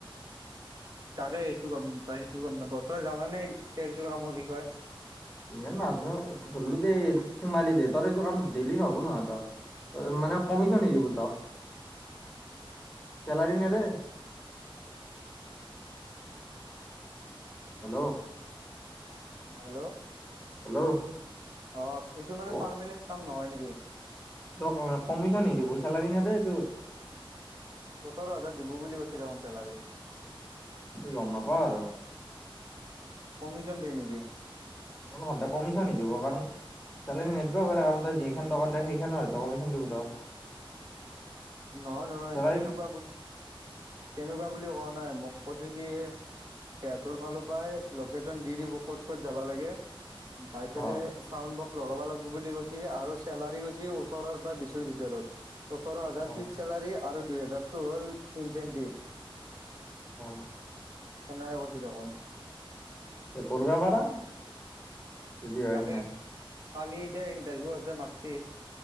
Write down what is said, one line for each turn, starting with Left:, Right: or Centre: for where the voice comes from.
Right: তাকে এইটো কাম সেইটো গ'ম নাপাওঁ, তই জানানে চেলচৰ কামৰ বিষয়ে?
Centre: ইমান নাজনু ধৰিলো দেই এইটোত সোমালি দে তোৰ এইটো কাম ডেইলী নহ'ব নহয় তোৰ? মানে কমিশন দিব তোক, চেলাৰী নেদে? হেল্ল'?
Right: হেল্ল'?
Centre: হেল্ল'?
Right: অ', এইটো মানে
Centre: অ
Right: পাৰমানেণ্ট কাম নহয় নেকি?
Centre: তোক অ', কমিশন নি দিব, চেলাৰী নেদেই এটোত।
Right: ওঠৰ হাজাৰ দিব বুলি কৈছে দেখোন চেলাৰী।
Centre: সেই গ'ম নাপাও আৰু।
Right: কমিশন দিয়ে নেকি?
Centre: কোনো <unintelligible> কমিশন নিদিব কাৰণ চেলেৰী নিদিব পাৰে কাৰণ তই যিখন দোকান দে সেইখনৰ হে তোক কমিশন দিব তোক।
Right: <inaudible> নহয় নহয়
Centre: চেলাৰী
Right: সেনেকুৱা, সেনেকুৱা বুলি কোৱা নাই মোক কৈছে কি সেহতৰ ফালৰ পৰাই লোকেচন দি দিব ক'ত ক'ত যাবা লাগে? যায় পেলাই
Centre: অ
Right: চাউণ্ড বক্স লগাব লাগিব বুলি কৈছে আৰু চেলাৰি কৈছে ওঠৰৰ পৰা বিশৰ ভিতৰত, ওঠৰ হা
Centre: অ
Right: ফিক্স চেলাৰী আৰু দুই হেজাৰটো হ'ল ইনচেন্টিভ।
Centre: উম।
Right: সেনাই কৈছ দেখোন।
Centre: এই কৰব পাৰা। যদি হয়
Right: তাকে,
Centre: সেনে
Right: কালি এতিয়া ইণ্টাৰভিউ আছে মাতছি?